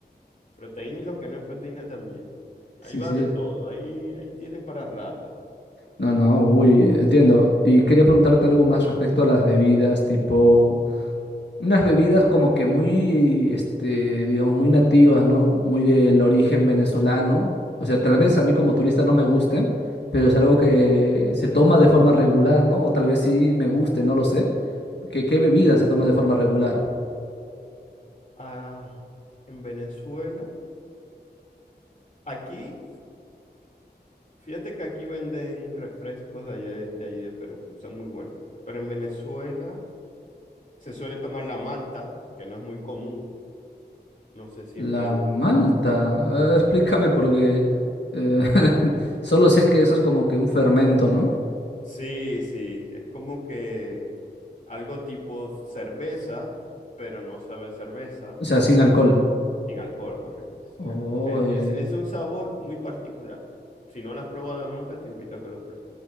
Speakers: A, on the left; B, on the left.
A: Proteína y lo que no es proteína también.
B: Sí,
A: Ahí va
B: sí.
A: de todo, ahí, ahí tienes para rato.
B: No, no, uy, entiendo. Y quería preguntarte algo más respecto a las bebidas, tipo... unas bebidas como que muy, este, digamos, muy nativas, ¿no? Muy del origen venezolano. O sea, tal vez a mí como turista no me gusten, pero es algo que se toma de forma regular, ¿no? O tal vez sí me guste, no lo sé. ¿Qué, qué bebida se toma de forma regular?
A: Ah, en Venezuela, aquí, fíjate que aquí venden refrescos de allá de, de allí de Perú, son muy buenos. Pero en Venezuela se suele tomar la malta, que no es muy común. No sé si
B: La
A: en Perú.
B: malta. Eh, <laughs> explícame
A: Sí,
B: porque eh, <laughs> solo sé que eso es como que un fermento, ¿no?
A: sí, sí, es como que algo tipo cerveza, pero no sabe a cerveza
B: O sea, sin alcohol.
A: Sin alcohol, correcto, sin
B: Uy,
A: alcohol. Es, es- es un sabor muy particular. Si no lo has probado nunca, te invito a que lo pruebes.